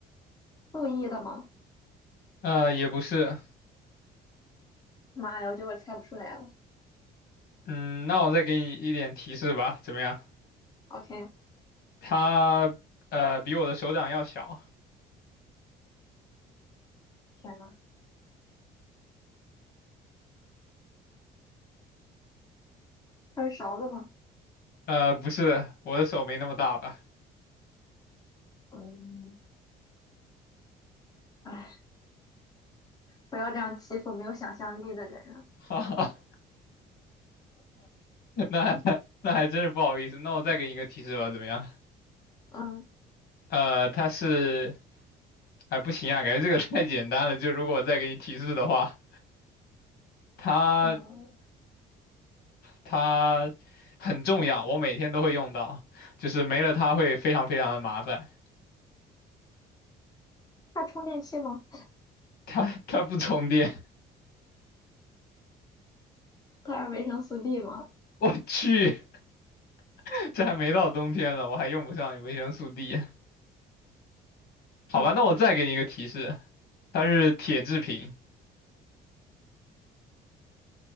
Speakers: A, on the left; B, on the left.
A: 故意的吗？
B: 呃，也不是。
A: 妈呀，我觉得我猜不出来了。
B: 嗯，那我再给你一点提示吧，怎么样？
A: OK，
B: 它呃比我的手掌要小。
A: 天呐，它是勺子吗？
B: 呃，不是，我的手没那么大吧？
A: 嗯，哎，不要这样欺负没有想象力的人啊。
B: <laughs> 哈哈。<laughs> 那那还真是不好意思。那我再给你一个提示吧，怎么样？
A: 嗯
B: 呃，它是，哎，不行啊，感觉这个 <laughs> 太简单了。就如果我再给你提示的话，它
A: 嗯，
B: 它很重要，我每天都会用到，就是没了它会非常非常的麻烦。
A: 它是充电器吗？
B: 它它不充电，
A: 它是维生素 D 吗？
B: <laughs> 我去，<laughs> 这还没到冬天呢，我还用不上维生素 D。好吧，
A: 嗯，
B: 那我再给你一个提示，它是铁制品。